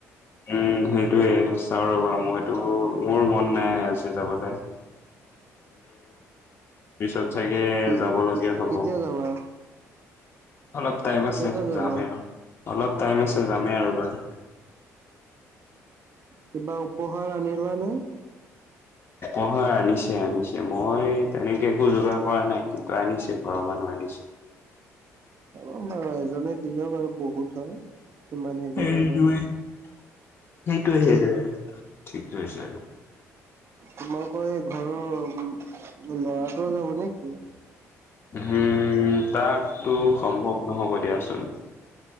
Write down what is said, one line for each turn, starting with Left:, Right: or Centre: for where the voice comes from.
Left: উম সেইটোৱে চাওঁ ৰ বাৰু মইতো মোৰ মন নাই আচাবতে।
Right: <unintelligible>
Left: পিছত চাগে
Right: কি
Left: যাব
Right: কি
Left: লগীয়া হ'ব
Right: কেতিয়া যাবা।
Left: অলপ টাইম আছে
Right: কেইটাত যাবা?
Left: যামেই আৰু অলপ টাইম আছে যামেই আৰু বাৰু।
Right: কিবা উপহাৰ আনিলা নে।
Left: অহাৰ আনিছে আনিছে মই তেনেকে একো যোগাৰ কৰা নাই। কিন্তু আনিছে ঘৰৰ মানুহ আনিছে।
Right: অ বাৰু এজনে দিলেও বাৰু বহুত হয়। ইমান হেৰি
Left: সেইোৱে
Right: নাই বাৰু।
Left: সেইটোৱে সেইজয়ে ঠিক হৈছে।
Right: তোমালোকৰ এই ঘৰৰ লৰাটো যাব নেকি।
Left: উম তাকতো সম্ভৱ নহ'ব দিয়াচোন।